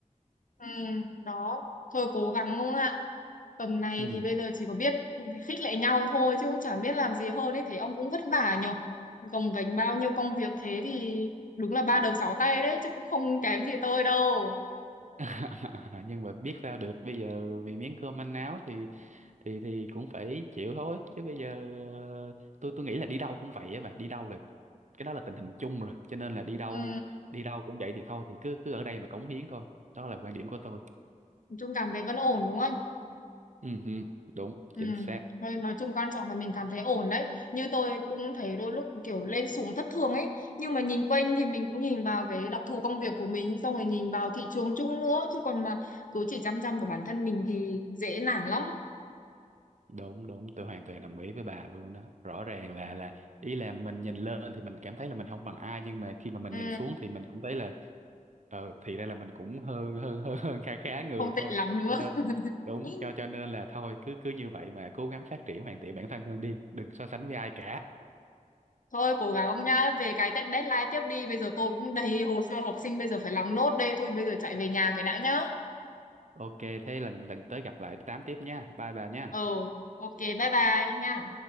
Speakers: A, on the left; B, on the right.
A: ừ, đó. Thôi cố gắng không ạ? Tầm này
B: ừ.
A: thì bây giờ chỉ có biết khích lệ nhau thôi chứ cũng chả biết làm gì hơn ấy. Thấy ông cũng vất vả nhờ. Gồng gánh bao nhiêu công việc thế thì đúng là ba đầu sáu tay đấy chứ cũng không kém gì tôi đâu.
B: <laughs> nhưng mà biết sao được bây giờ vì miếng cơm manh áo thì thì thì cũng phải chịu thôi chứ bây giờ ờ, tôi tôi nghĩ là đi đâu cũng vậy á bà đi đâu là cái đó là tình hình chung rồi cho nên là đi đâu
A: Ừ,
B: đi đâu cũng vậy thì thôi thì cứ cứ ở đây mà cống hiến thôi đó là quan điểm của tôi
A: nói chung cảm thấy vẫn ổn đúng không?
B: ừ ừ, đúng
A: Ừ.
B: chính xác
A: Thôi nói chung quan trọng là mình cảm thấy ổn đấy. Như tôi cũng thấy đôi lúc kiểu lên xuống thất thường ấy. Nhưng mà nhìn quanh thì mình cũng nhìn vào cái đặc thù công việc của mình, xong rồi nhìn vào thị trường chung nữa. Chứ còn mà cứ chỉ chăm chăm vào bản thân mình thì dễ nản lắm.
B: đúng đúng tôi hoàn toàn đồng ý với bà luôn đó rõ ràng là là ý là mình nhìn lên thì mình cảm thấy là mình không bằng ai nhưng mà khi mà mình
A: Ừ.
B: nhìn xuống thì mình cũng thấy là ờ thì ra là mình cũng hơn hơn <laughs> hơn hơn khá khá người
A: Không
B: thôi
A: tệ lắm nữa.
B: cho nên đúng
A: <laughs>
B: cho cho nên là thôi cứ cứ như vậy mà cố gắng phát triển hoàn thiện bản thân hơn đi đừng so sánh với ai cả
A: Thôi cố gắng ông nhá. Về cái test deadline tiếp đi. Bây giờ tôi cũng đầy hồ sơ học sinh bây giờ phải làm nốt đây. Thôi bây giờ chạy về nhà cái đã nhá.
B: ok thế lần lần tới gặp lại tám tiếp nha bye bà nha
A: Ừ. Ok bye bye nha.